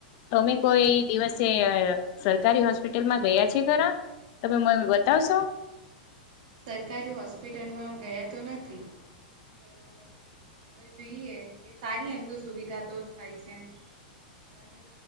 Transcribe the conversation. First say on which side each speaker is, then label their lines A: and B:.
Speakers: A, on the left; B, on the right.
A: તમે કોઈ દિવસે સરકારી હોસ્પિટલમાં ગયા છે ખરા તમે મન બતાવશો.
B: સરકારી હોસ્પિટલમાં ગયા તો નથી. હવે જોઈએ કે સારી એમ તો સુવિધા તો થાય છે. અમે